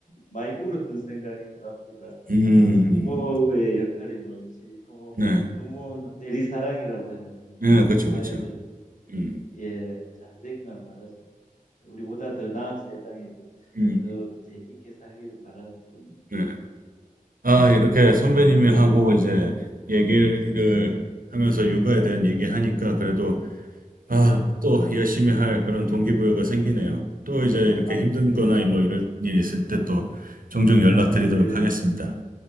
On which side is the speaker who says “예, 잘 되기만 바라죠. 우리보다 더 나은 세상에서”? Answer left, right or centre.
Left